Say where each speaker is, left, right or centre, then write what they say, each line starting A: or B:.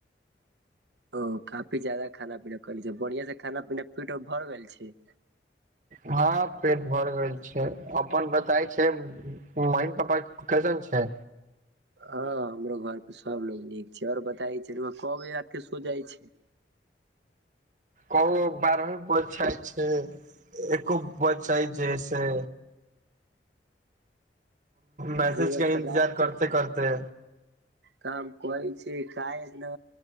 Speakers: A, on the right; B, on the right.
A: ओ काफी ज्यदा खाना पीना कले छै बढ़िया से खाना पीना पीट भर गेल छै
B: हँ पेट भर गेल छै अपन बताय छै मम्मी पापा के कैसन छैै
A: हँ हमरो घर पे सब लोग नीक छै आऔर बताय जे रउआ बताइ की कबे सो जाइ छै
B: क बारह हो बज जाय छै एको बज जाय छै से मैसेज
A: रउआ
B: का
A: त
B: इन्तजार
A: रात त
B: करते करते
A: काम करै छै काय एतना